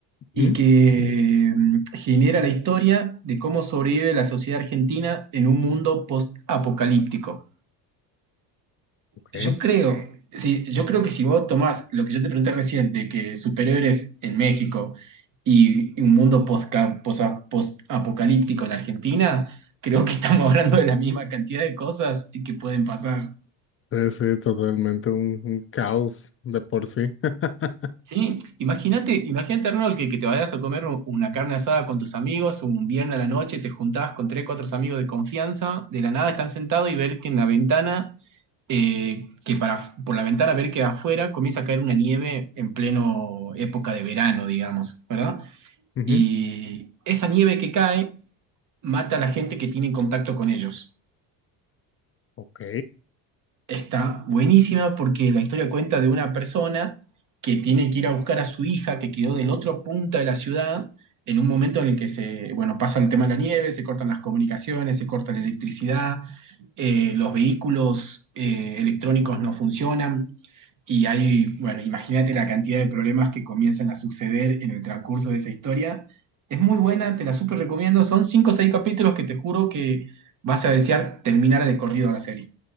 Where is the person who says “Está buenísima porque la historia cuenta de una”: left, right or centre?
Right